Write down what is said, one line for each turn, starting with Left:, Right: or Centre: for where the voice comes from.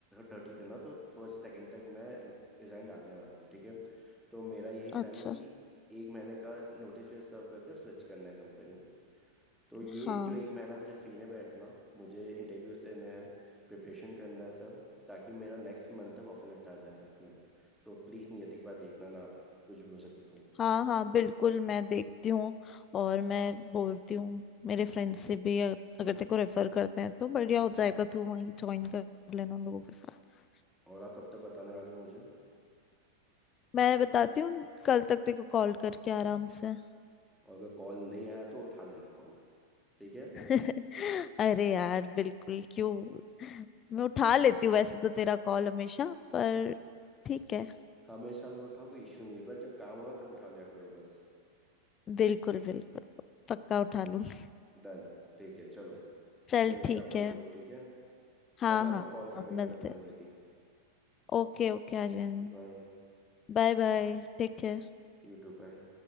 Centre: थर्टी है ना तो फर्स्ट सेकंड तक मैं रिजाइन डालने वाला हूँ ठीक है तो मेरा यही
Left: अच्छा
Centre: प्लान है कि एक महीने का नोटिस पीरियड सर्व करके स्विच करना है कंपनी तो ये
Left: हाँ
Centre: जो एक महीना मुझे फ्री में बैठना मुझे इंटरव्यूज देने हैं प्रिपरेशन करना है सब ताकि मेरा नेक्स्ट मंथ तक ऑफर लेटर आ जाए हाथ में तो प्लीज़ नहीं एक बार देखना ना आप कुछ भी हो सके तो
Left: हाँ हाँ बिल्कुल मैं देखती हूँ और मैं बोलती हूँ मेरे फ्रेंड्स से भी अ- अगर तेरे को रेफर करते हैं तो बढ़िया हो जाएगा तू वहीं ज्वाइन कर लेना उन लोगों के साथ
Centre: और आप कब तक बताने वाले हो मुझे
Left: मैं बताती हूँ कल तक तेरे को कॉल करके आराम से
Centre: और अगर कॉल नहीं आया तो उठा लेना कॉल ठीक है
Left: <laughs> अरे यार बिल्कुल क्यों मैं उठा लेती हूँ वैसे तो तेरा कॉल हमेशा पर ठीक है
Centre: हमेशा मेरे उठाओ कोई इशू नहीं है बस जब काम हो तब उठा लिया करो बस
Left: बिल्कुल बिल्कुल पक्का उठा लूंगी
Centre: डन ठीक है चलो
Left: <laughs> चल
Centre: मिलते
Left: ठीक
Centre: हैं अपन
Left: है
Centre: लोग ठीक है
Left: हाँ
Centre: और मैं
Left: हाँ
Centre: आपको कॉल
Left: हाँ,
Centre: का वेट
Left: मिलते
Centre: करूंगा नियति
Left: Okay okay Aryan
Centre: बाय
Left: Bye bye take care
Centre: YouTube bye